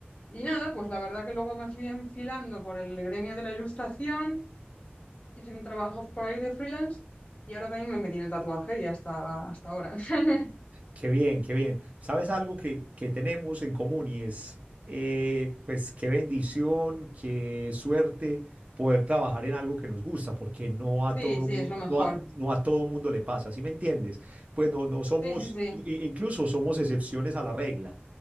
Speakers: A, on the left; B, on the right.
A: Y nada, pues la verdad que luego me fui enfilando por el gremio de la ilustración haciendo trabajos por ahí de freelance y ahora también me metí en el tatuaje y hasta, hasta ahora. <laughs>
B: Qué bien, qué bien. ¿Sabes algo que, que tenemos en común y es, eh, pues qué bendición, qué suerte poder trabajar en algo que nos gusta, porque no a
A: Sí,
B: todo
A: sí,
B: mundo,
A: es lo mejor.
B: no a, no a todo mundo le pasa, ¿sí me entiendes? Pues no, no somos,
A: Sí, sí, sí,
B: i- i- incluso somos excepciones a la regla.